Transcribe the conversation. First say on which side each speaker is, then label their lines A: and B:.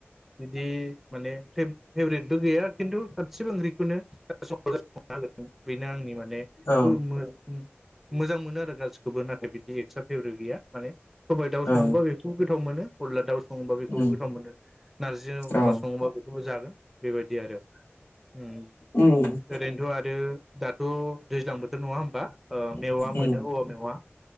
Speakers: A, in the centre; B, on the left.
A: बिदि माने फेब-फेबरेटबो गैया खिन्थु सिबो ओंख्रिखौनो <unintelligible> बेनो आंनि माने
B: औ
A: गो मो मोजां मोन मोनो आरो गासिखौबो नाथाय बिदि एक्सट्रा फेबरेद गैया माने सबाय दाउ सङोबा
B: औ
A: बेखौ गोथाव मोनो। अनला दाव सङोबा बेखौबो
B: उम
A: गोथाव मोनो नारजि अमा
B: औ
A: सङोबा बेखौबो जागोन बेबायदि आरो ओ
B: उम
A: ओरैनोथ आरो दाथ दैज्लां बो थोर नङा होमबा ओ मेवा
B: उम
A: मोनो औवा मेवा।